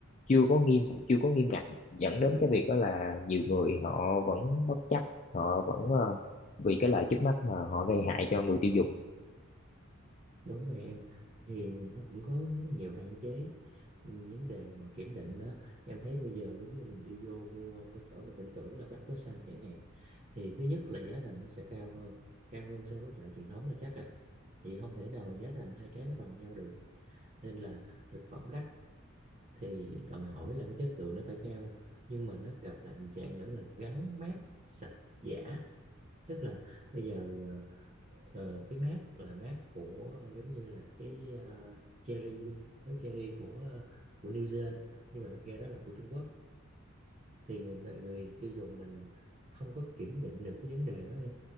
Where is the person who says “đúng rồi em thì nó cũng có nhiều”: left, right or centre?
Right